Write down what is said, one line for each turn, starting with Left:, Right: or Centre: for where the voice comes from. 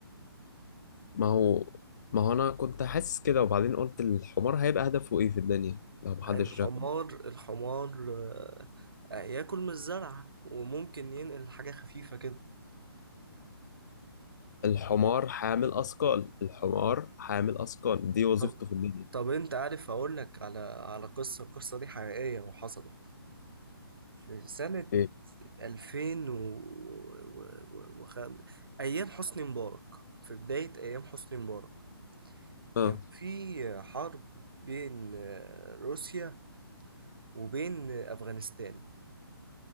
Left: ما هو ما هو انا كنت حاسس كده وبعدين قلت الحمار هيبقى هدفه ايه في الدنيا لو محدش
Right: الحمار
Left: ركب
Right: الحمار آه، آه، ياكل من الزرعة وممكن ينقل حاجة خفيفة كده
Left: الحمار حامل اثقال الحمار حامل اثقال دي وظيفته
Right: طب
Left: في الدنيا
Right: طب انت عارف اقول لك على على قصة القصة دي حقيقية وحصلت في سنة
Left: ايه
Right: 2000 و... و... و... خم... ايام حسني مبارك في بداية ايام حسني مبارك
Left: اه
Right: كان في حرب بين آه، روسيا وبين آه، افغانستان